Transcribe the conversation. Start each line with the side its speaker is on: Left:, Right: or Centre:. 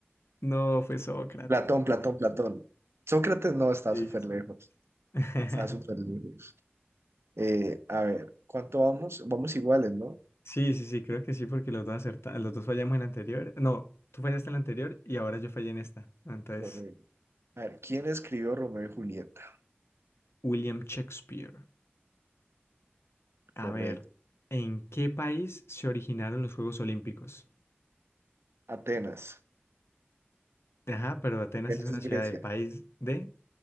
Left: No, fue Sócrates.
Right: Platón, Platón, Platón. Sócrates no, está
Left: Sí,
Right: súper
Left: sí.
Right: lejos.
Left: <laughs>
Right: Está súper lejos. Eh, a ver, ¿cuánto vamos? Vamos iguales, ¿no?
Left: Sí, sí, sí, creo que sí, porque los dos acerta- los dos fallamos en la anterior. No, tú fallaste en la anterior y ahora yo fallé en esta. Entonces,
Right: Correcto. A ver, ¿quién escribió Romeo y Julieta?
Left: William Shakespeare. A
Right: Correcto.
Left: ver, ¿en qué país se originaron los Juegos Olímpicos?
Right: Atenas.
Left: Ajá, pero Atenas
Right: Atenas
Left: es una
Right: es
Left: ciudad
Right: Grecia.
Left: del país de...